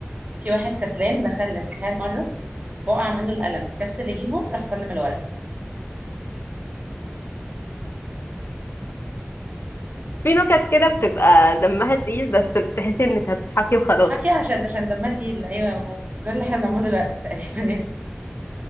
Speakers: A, on the right; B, on the left.
A: في واحد كسلان دخل الامتحان مره وقع منه القلم كسل يجيبه راح سلم الورق
B: في نكت كده بتبقى دمها تقيل بس بتحسي انك هتضحكي وخلاص
A: تضحكي عشان عشان دمها تقيل ايوه ده اللي احنا بنعمله دلوقتي تقريبا يعني